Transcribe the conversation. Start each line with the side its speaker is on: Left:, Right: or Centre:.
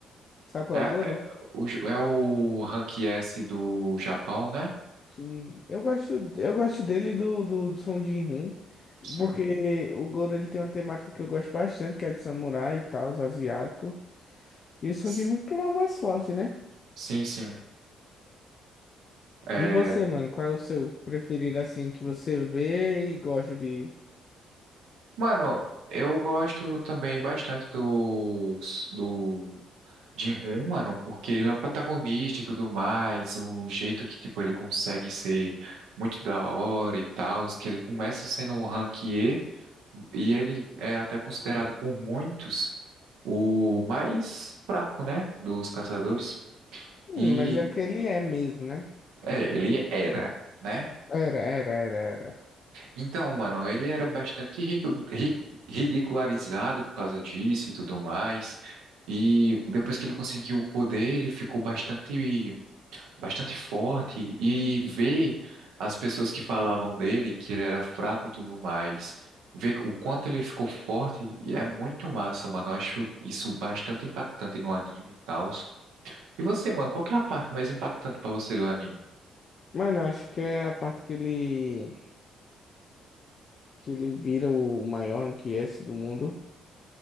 Left: Sabe qual
Right: É,
Left: é o Goro?
Right: é, o, J- é o Rank S do Japão, né?
Left: Sim. Eu gosto, eu gosto dele e do, do, do Song Jin-hoon.
Right: Sim.
Left: Porque o Goro ele tem uma temática que eu gosto bastante, que é de samurai e tal, os asiático. E o Song
Right: S-
Left: Jin-hoon porque ele é o mais forte, né?
Right: Sim, sim. É,
Left: E você, mano, qual é o seu preferido assim que você vê e gosta de.
Right: mano, eu gosto também bastante do, do Jin-Hoon, mano, porque ele é o protagonista e tudo mais, o jeito que, tipo, ele consegue ser muito da hora e tal, que ele começa sendo um rank E, e ele é até considerado por muitos o mais fraco, né, dos caçadores.
Left: Hum,
Right: E
Left: mas é porque ele é mesmo, né?
Right: É, ele era, né?
Left: Era, era, era, era.
Right: Então, mano, ele era bastante rico- ri- ridicularizado por causa disso e tudo mais. E depois que ele conseguiu o poder, ele ficou bastante, bastante forte. E ver as pessoas que falavam dele, que ele era fraco e tudo mais, ver o quanto ele ficou forte, e é muito massa, mano. Eu acho isso bastante impactante no anime e tal. E você, mano, qual que é a parte mais impactante pra você do anime?
Left: Mano, acho que é a parte que ele. que ele vira o maior anquiesse do mundo